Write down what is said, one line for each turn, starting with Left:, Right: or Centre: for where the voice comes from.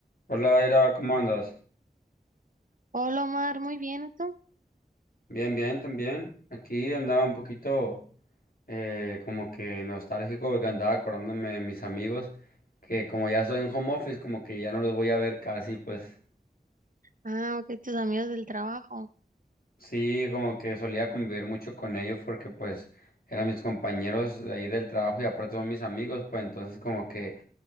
Left: Hola, Ira, ¿cómo andas?
Right: Hola Omar, muy bien, ¿y tú?
Left: Bien, bien, también. Aquí andaba un poquito eh, como que nostálgico porque andaba acordándome de mis amigos que como ya estoy en home office, como que ya no los voy a ver casi, pues
Right: Ah, ok, tus amigos del trabajo.
Left: sí, como que solía convivir mucho con ellos porque pues eran mis compañeros de ahí del trabajo y aparte son mis amigos, pues entonces como que